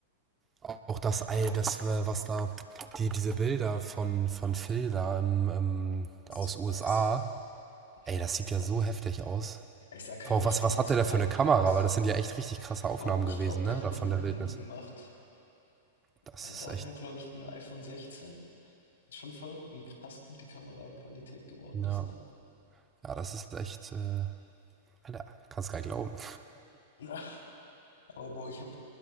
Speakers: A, on the right; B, on the left.
A: Auch das, all
B: Aber
A: das, äh, was da, die, diese Bilder von, von Phil da im, ähm,
B: so
A: aus USA,
B: nice.
A: ey,
B: Ja.
A: das sieht ja so heftig aus.
B: Ich sag halt
A: Boah,
B: echt,
A: was,
B: die
A: was
B: Nationalparks.
A: hat der da für eine Kamera? Weil das sind ja echt richtig krasse Aufnahmen
B: Bro, ich
A: gewesen,
B: glaube, der
A: ne?
B: hat
A: Da
B: die
A: von
B: mit
A: der
B: dem
A: Wildnis.
B: Handy gemacht.
A: Das
B: Äh,
A: ist
B: Der
A: echt,
B: hat halt, glaube ich, ein iPhone 16. Ist schon verrückt, wie krass gut die Kameraqualität geworden
A: ja.
B: ist, ne?
A: Ja, das ist echt, äh, Alter, kannst gar nicht glauben.
B: Ja. Aber Bro, ich habe